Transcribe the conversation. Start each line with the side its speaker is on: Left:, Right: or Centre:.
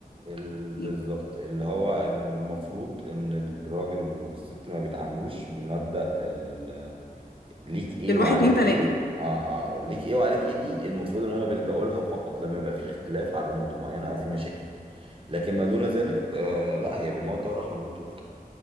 Right: ال-
Left: يعني
Right: بالظبط اللي هو المفروض ان الراجل والست ما بيتعاملوش بمبدأ ال- ليك ايه
Left: الواحد
Right: وعليك
Left: اتنين تلاته
Right: ايه اه اه ليك ايه وعليك ايه دي المفروض ان هما بيلجأوا لها فقط لما يبقى في اختلاف على نقطة معينة او في مشاكل لكن ما دون ذلك آه لا هي بالمودة والرحمة زي ما انت قلت